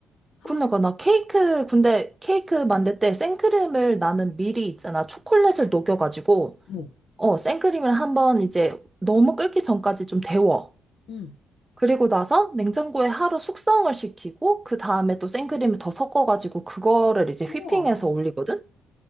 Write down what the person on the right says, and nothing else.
그러니까 나 케이크, 근데 케이크 만들 때 생크림을 나는 미리 있잖아. 초콜릿을 녹여가지고,
어, 생크림을 한번 이제 너무 끓기 전까지 좀 데워.
그리고 나서 냉장고에 하루 숙성을 시키고 그 다음에 또 생크림을 더 섞어가지고 그거를 이제
휘핑해서 올리거든?